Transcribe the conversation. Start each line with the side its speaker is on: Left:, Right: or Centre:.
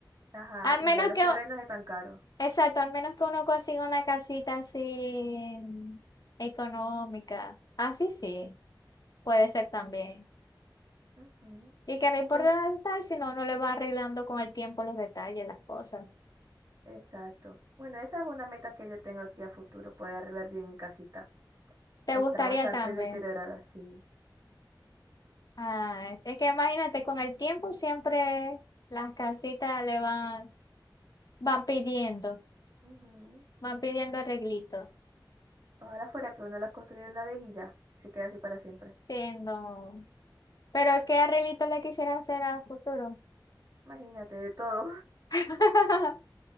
Right: Ajá,
Left: Al
Right: y
Left: menos
Right: ya los
Left: que,
Right: terrenos están caros.
Left: exacto, al menos que uno consiga una casita así económica. Así sí, puede ser también.
Right: Ujú.
Left: Y que no importa
Right: Ol-
Left: el detalle, sino uno le va arreglando con el tiempo los detalles, las cosas.
Right: Exacto. Bueno, esa es una meta que yo tengo aquí a futuro, poder arreglar bien mi casita.
Left: ¿Te
Right: Está
Left: gustaría
Right: bastante
Left: también?
Right: deteriorada, sí.
Left: Ah, es que imagínate, con el tiempo siempre las casitas le van, van pidiendo,
Right: Ujú.
Left: van pidiendo arreglitos.
Right: Ojalá fuera que uno la construyera una vez y ya, se queda así para siempre.
Left: Sí, no. Pero ¿qué arreglito le quisiera hacer al futuro?
Right: Imagínate, de todo.
Left: <laughs>